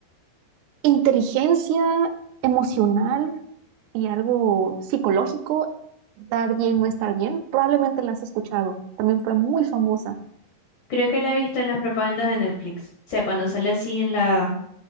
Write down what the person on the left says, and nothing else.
Creo que la he visto en las propagandas de Netflix. O sea, cuando sale así en la,